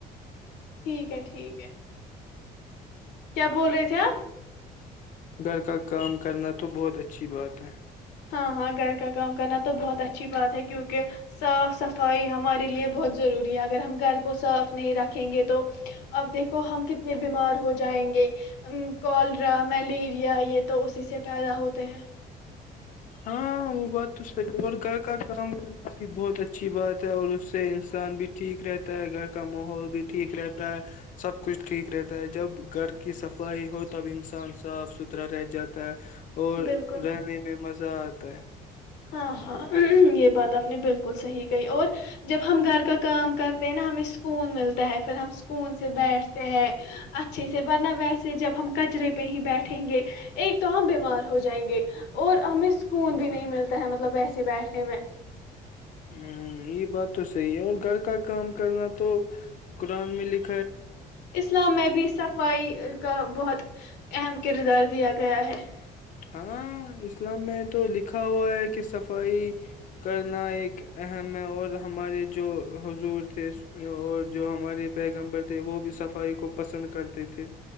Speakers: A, on the left (about 80°); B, on the left (about 50°).
A: ٹھیک ہے ٹھیک ہے کیا بول رہے تھے آپ
B: گھر کا کام کرنا تو بہت اچھی بات ہے
A: ہاں ہاں گھر کا کام کرنا تو بہت اچھی بات ہے کیونکہ صاف صفائی ہمارے لیے بہت ضروری ہے اگر ہم گھر کو صاف نہیں رکھیں گے تو اب دیکھو ہم کتنے بیمار ہو ج جائیں گے کوالرا ملیریا یہ تو اسی سے پیدا ہوتے ہیں
B: ہاں وہ بات تو صحیح ہے اور گھر کا کام کرنا بھی بہت اچھا اچھی بات ہے اور اس سے انسان بھی ٹھیک رہتا ہے گھر کا ماحول بھی ٹھیک رہتا ہے سب کچھ ٹھیک رہتا ہے جب گھر کی صفائی ہو تب انسان صاف ستھرا رہ جاتا ہے اور
A: بالکل
B: رہنے میں مز آتا ہے
A: ہاں ہاں یہ بات آپ نے بالکل صحیح گئی اور جب ہم گھر کا کام کرتے ہیں نا ہمیں سکون ملتا ہے پھر ہم سکون سے بیٹھتے ہیں اچھے سے ورنہ ویسے جب ہم کچرے پہ ہی بیٹھیں گے ایک تو ہم بیمار ہو جائیں گے اور ہمیں سکون بھی نہیں ملتا ہے مطلب ویسے بیٹھنے میں
B: ہ یہ بات تو صحیح ہے اور گھر کا کام کرنا تو قرآن میں لکھ
A: اسلام میں بھی صفائی کا بہت اہم کردار دیا گیا ہے <inaudible>
B: ہاں اسلام میں تو لکھا ہوا ہے کہ صفائی کرنا ایک اہم ہے اور ہمارے جو حضور تھے اور جو ہمارے پیغمبر تھے وہ بھی صفائی کو پسند کرتے تھے